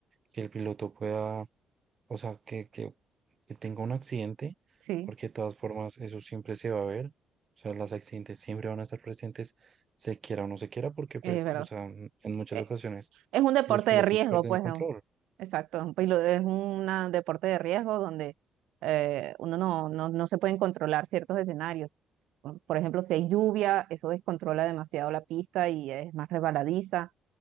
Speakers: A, on the right (about 40°); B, on the right (about 85°).
A: que el piloto pueda, o sea, que, que, que tenga un accidente,
B: sí,
A: porque de todas formas eso siempre se va a ver. O sea, los accidentes siempre van a estar presentes, se quiera o no se quiera, porque pues,
B: es verdad.
A: o sea, en muchas
B: Eh,
A: ocasiones
B: es un deporte
A: los pilotos
B: de riesgo,
A: pierden
B: pues,
A: el control.
B: ¿no? Exacto, un pilo- es un deporte de riesgo donde eh, uno no, no, no se pueden controlar ciertos escenarios. Por por ejemplo, si hay lluvia, eso descontrola demasiado la pista y es más resbaladiza,